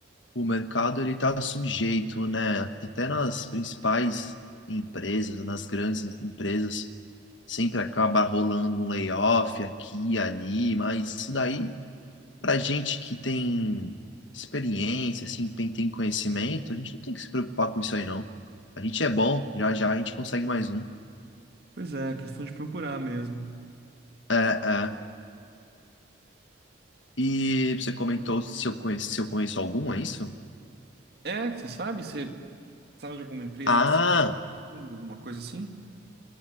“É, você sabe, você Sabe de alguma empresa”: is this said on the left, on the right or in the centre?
Right